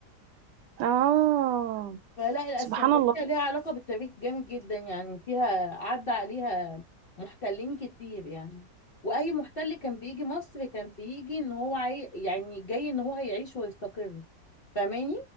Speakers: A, on the right (about 85°); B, on the left (about 45°).
A: اه
B: فلا الاسكندريه
A: سبحان الله
B: ليها علاقه بالتاريخ جامد جدا يعني فيها عدى عليها محتلين كتير يعني واي محتل كان بيجي مصر كان بيجي ان هو عاي... يعني جاي ان هو هيعيش ويستقر فاهماني